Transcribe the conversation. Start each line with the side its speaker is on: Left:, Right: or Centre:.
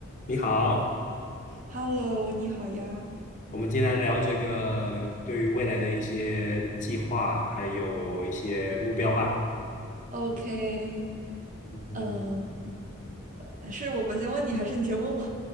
Left: 你好，
Right: Hello，你好呀。
Left: 我们今天来聊这个对于未来的一些计划，还有一些目标吧。
Right: OK，
Left: 嗯嗯
Right: 嗯呃，是我先问你，还是你先问我？